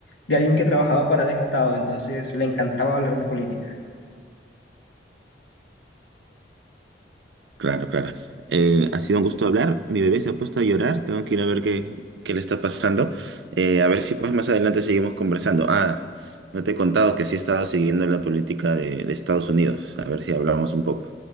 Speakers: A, on the left; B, on the right.
A: de alguien que trabajaba para el Estado, entonces le encantaba hablar de política.
B: Claro, claro. Eh, ha sido un gusto hablar. Mi bebé se ha puesto a llorar. Tengo que ir a ver qué, qué le está pasando. Eh, a ver si pues más adelante seguimos conversando. Ah, no te he contado que sí he estado siguiendo la política de, de Estados Unidos. A ver si hablamos un poco.